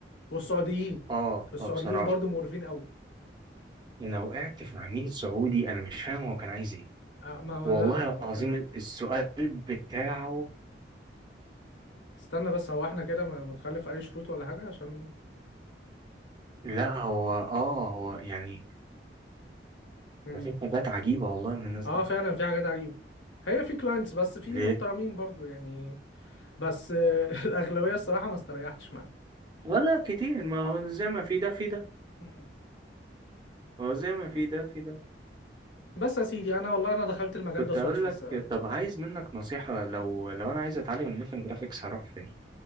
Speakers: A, on the left (about 85°); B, on the right (about 25°).
A: والسعوديين
B: اه
A: السعوديين
B: اه بصراحة
A: برضو مقرفين قوي
B: انا وقعت في عميل سعودي انا مش فاهم هو كان عايز ايه
A: آه، ما ما-
B: والله
A: لا هو
B: العظيم
A: بجد
B: السؤال بتاعه
A: استنى بس هو احنا كده ما ما نخلف اي شروط ولا حاجة عشان
B: لا هو اه هو يعني
A: مم.
B: ده في حاجات عجيبة والله من الناس
A: اه
B: دي
A: فعلا في حاجات عجيبة هي في كلاينتس بس في
B: ليه؟
A: محترمين برضو يعني بس آه، <laughs> الاغلبيه الصراحه ما استريحتش معاهم
B: ولا كتير ما هو زي ما في ده في ده
A: مم.
B: هو زي ما في ده في ده
A: بس يا سيدي انا والله انا دخلت المجال
B: كنت
A: ده صدفه
B: أقول لك
A: س...
B: طب عايز منك نصيحة لو لو أنا عايز أتعلم الموشن جرافيكس هروح فين؟